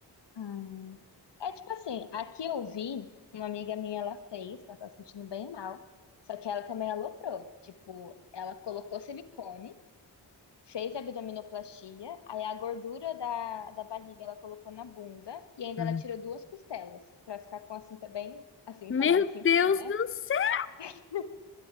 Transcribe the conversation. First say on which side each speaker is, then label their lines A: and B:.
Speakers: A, on the left (about 75°); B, on the left (about 30°).
A: Hum. É tipo assim, aqui eu vi, uma amiga minha ela fez, ela tá se sentindo bem mal, só que ela também aloprou. Tipo, ela colocou silicone, fez abdominoplastia, aí a gordura da, da barriga ela colocou na bunda e ainda
B: Hum.
A: ela tirou duas costelas pra ficar com a cinta bem. A cinta
B: Meu
A: não, a cintura,
B: Deus
A: né?
B: do céu!
A: <laughs>